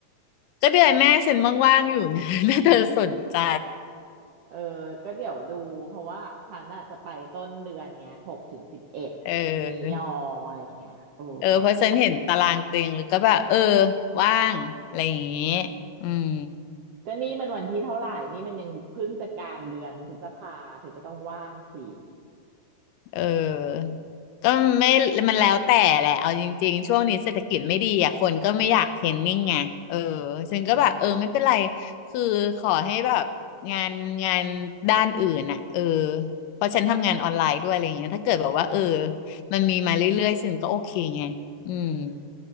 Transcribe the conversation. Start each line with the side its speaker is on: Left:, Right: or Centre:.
Left: ก็เดือนแม่ฉันว่างๆอยู่นะ <laughs> ถ้าเธอสนใจ
Right: เออก็เดี๋ยวดูเพราะว่าฉันอ่ะจะไปต้นเดือนไงหกถึงสิบเอ็ด
Left: เออ
Right: มียออะไรเงี้ยโอ้
Left: เออ เพราะฉันเห็นตารางเต็งหรือก็แบบเออว่างอะไรอย่างงี้อืม
Right: ก็นี่มันวันที่เท่าไหร่นี่มันยังเพิ่งจะกลางเดือนพฤษภาเธอก็ต้องว่างสิ
Left: เออก็ไม่มันแล้วแต่แหละ เอาจริงๆ ช่วงนี้เศรษฐกิจไม่ดีอ่ะคนก็ไม่อยากเทรนนิ่งไงเออฉันก็แบบเออไม่เป็นไร
Right: อืม
Left: คือขอให้แบบงานงานด้านอื่นอ่ะเออเพราะฉันทำงานออนไลน์ด้วยอะไรอย่างเงี้ยถ้าเกิดแบบว่าเออ
Right: อืม
Left: มันมีมาเรื่อยๆฉันก็โอเคไง อืม
Right: อืม